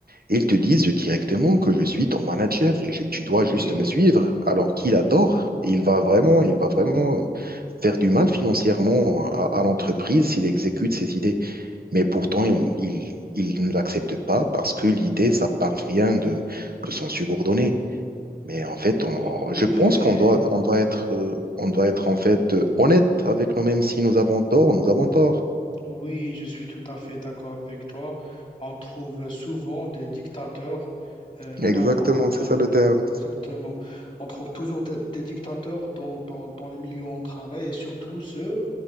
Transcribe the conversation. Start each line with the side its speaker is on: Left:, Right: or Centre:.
Right: et Ils te disent directement que je suis ton manager et je- tu dois
Left: Oui,
Right: juste
Left: oui.
Right: me suivre. Alors qu'il a tort, il va vraiment, il va vraiment euh, faire du mal financièrement à, à l'entreprise s'il exécute ses idées. Mais pourtant, il, il- il ne l'accepte pas parce que l'idée, ça parvient de, de son subordonné. Mais en fait, on-
Left: En-
Right: on-
Left: oui,
Right: je pense
Left: et
Right: qu'on doit, on doit être, euh, on doit être en fait euh, honnête avec nous-mêmes. Si nous avons tort, nous avons tort.
Left: Oui, je suis tout à fait d'accord avec toi. On trouve souvent des dictateurs euh,
Right: Exactement,
Left: dans,
Right: c'est
Left: dans-
Right: ça le terme.
Left: Exactement. On trouve toujours des, des dictateurs dans, dans, dans le milieu où on travaille et surtout ceux